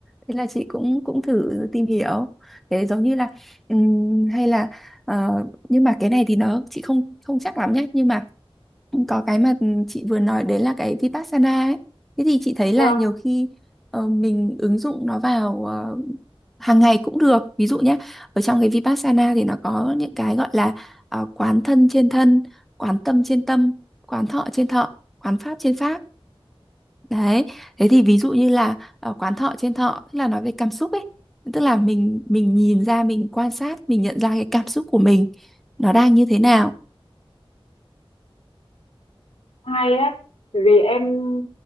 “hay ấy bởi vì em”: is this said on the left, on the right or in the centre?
Left